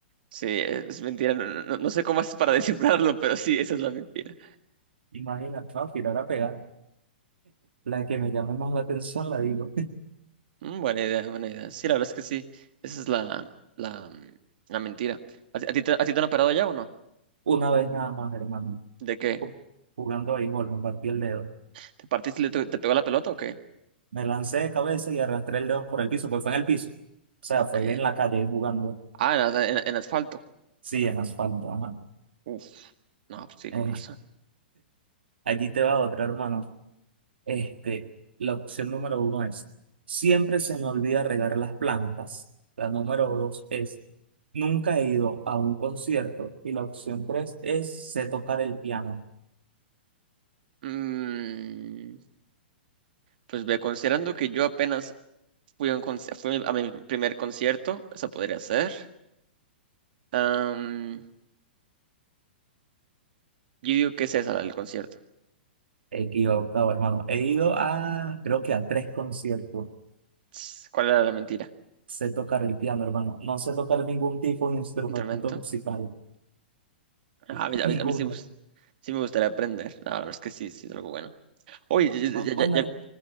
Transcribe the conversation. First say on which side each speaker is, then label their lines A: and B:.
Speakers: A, on the right; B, on the right.
A: Sí, es mentira. No, no- no no sé cómo haces para <laughs> descifrarlo, pero sí, esa es la mentira.
B: Imagínate, no, tirar a pegar. La que me llame más la atención la digo.
A: Mm, buena idea, buena idea. Sí, la verdad es que sí. Esa es la, la, la mentira. ¿A, ti a ti te, a ti te han operado ya o no?
B: <laughs> Una vez nada más, hermano.
A: ¿De qué?
B: Uf, Jugando ahí, gol, me partí el dedo.
A: ¿Te partiste y le te, te pegó la pelota o qué?
B: Me lancé de cabeza y arrastré el dedo por el piso, porque fue en el piso. O sea,
A: Ok.
B: fue en la calle jugando.
A: Ah, en, as- en- en asfalto.
B: Sí, en asfalto, ajá.
A: Uf. No, pues sí,
B: Eh,
A: con razón.
B: allí te va otra, hermano. Este, la opción número uno es, siempre se me olvida regar las plantas. La número dos es, nunca he ido a un concierto. Y la opción tres es, sé tocar el piano.
A: Mm, pues ve, considerando que yo apenas fui a, un conci- fui a mi primer concierto, eso podría ser. Am, yo digo que es esa la del concierto.
B: Equivocado, hermano. He ido a, creo que a tres conciertos.
A: Ts, ¿Cuál era la mentira?
B: Sé tocar el piano, hermano. No sé tocar ningún tipo de instrumento
A: ¿Instrumento?
B: musical.
A: Ah,
B: <laughs>
A: a mí, a
B: Ninguno,
A: mí- a mí sí, me gust- sí me gustaría aprender. La verdad es que sí, sí es algo bueno. Oye, ya,
B: No,
A: ya-
B: bueno,
A: ya- ya
B: eh,